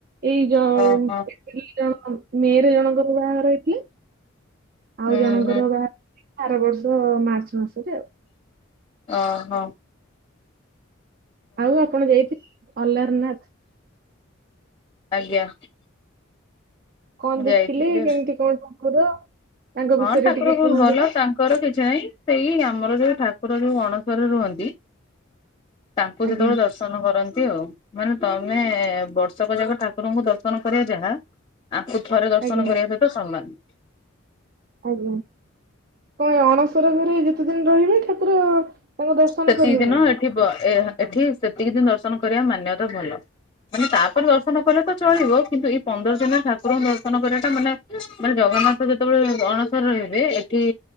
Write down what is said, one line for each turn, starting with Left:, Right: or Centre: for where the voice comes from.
Right: ଏଇ ଜ ଏପ୍ରିଲ
Left: ଓହୋ
Right: ଜଣଙ୍କର ମେ ରେ ଜଣଙ୍କର ବାହାଘର ହେଇଥିଲା।
Left: ହୁଁ
Right: ଆଉ ଜଣଙ୍କର
Left: ହୁଁ
Right: ବାହା ଆର ବର୍ଷ ମାର୍ଚ୍ଚ ମାସରେ ଆଉ
Left: ଅହ।
Right: ଆଉ ଆପଣ ଯାଇଥିଲେ ଅଲାରନାଥ?
Left: ଆଜ୍ଞା।
Right: କଣ
Left: ଯାଇଥିଲି
Right: ଦେଖିଲେ
Left: ଆଉ
Right: କେମିତି କଣ ଠାକୁର ତାଙ୍କ ବିଷୟରେ
Left: ହଁ ଠାକୁରଙ୍କୁ
Right: ଟିକେ କୁହନ୍ତୁ
Left: ଭଲ
Right: ତ?
Left: ଅଛ? ରଥଯାତ୍ରା ଯାଏଁ ସେଇ ଆମର ଯୋଉ ଠାକୁର ଯୋଉ ଅଣସରରେ ରୁହନ୍ତି। ତାଙ୍କୁ
Right: ଆଜ୍ଞା
Left: ସେତେବେଳେ ଦର୍ଶନ କରନ୍ତି ଆଉ ମାନେ ତମେ ବର୍ଷକ ଯାକ ତାକୁ ଠାକୁରଙ୍କୁ ଦର୍ଶନ କରିବା ଯାହା ଆଙ୍କୁ ଥରେ ଦର୍ଶନ
Right: ଆଜ୍ଞା
Left: କରିବା ସହିତ ସମାନ।
Right: ଆଜ୍ଞା କଣ ଅଣସର ଘରେ ଯେତେ ଦିନ ରହିବେ ଠାକୁର ତାଙ୍କ ଦର୍ଶନ
Left: ସେତିକି
Right: କରିହବ?
Left: ଦିନ ଏଠି ଏଠି ସେତିକି ଦିନ ଦର୍ଶନ କରିବା ମାନ୍ୟତା ଭଲ ମାନେ ତା ଦର୍ଶନ କଲେ ତ ଚଳିବ କିନ୍ତୁ ପନ୍ଦର ଦିନ ଠାକୁରଙ୍କୁ ଦର୍ଶନ କରିବାଟା ମାନେ ମାନେ ଜଗନ୍ନାଥ ଯେତେବେଳେ ଅଣସର ରହିବେ ଏଠି